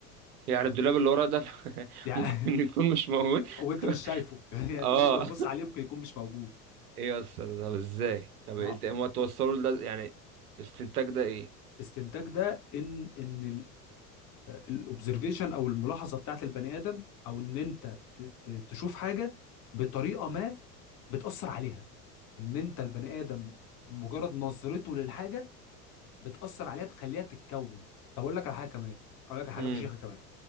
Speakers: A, on the right; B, on the left.
A: يعني الدولاب اللي ورا ده <laughs>
B: يعني
A: ممكن يكون مش موجود
B: <laughs> وانت مش شايفه <laughs> يعني
A: <laughs> اه
B: طول ما انت مش باصص عليه ممكن يكون مش موجود
A: <laughs> ايه يا اسطى ده طب ازاي طب
B: ما
A: انت هما توصلوا لده يعني الاستنتاج ده ايه
B: استنتاج ده ان ان الاوبزرفيشن او الملاحظه بتاعت البني ادم او ان انت ت- ت- تشوف حاجه بطريقه ما بتاثر عليها ان انت البني ادم مجرد نظرته للحاجه بتاثر عليها بتخليها تتكون طب اقول لك على حاجه كمان اقول لك على حاجه
A: امم
B: فشيخه كمان